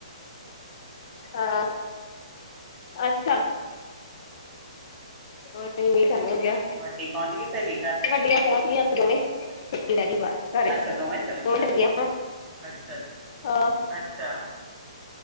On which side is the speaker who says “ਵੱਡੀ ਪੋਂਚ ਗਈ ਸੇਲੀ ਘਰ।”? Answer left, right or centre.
Right